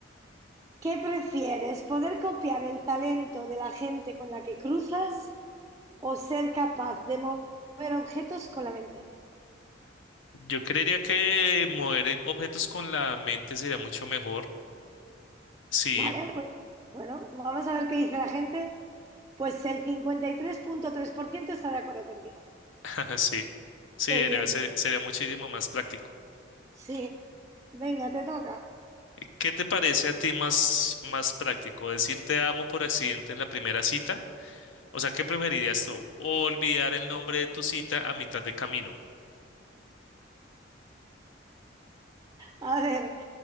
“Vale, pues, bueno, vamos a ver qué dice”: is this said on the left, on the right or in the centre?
Right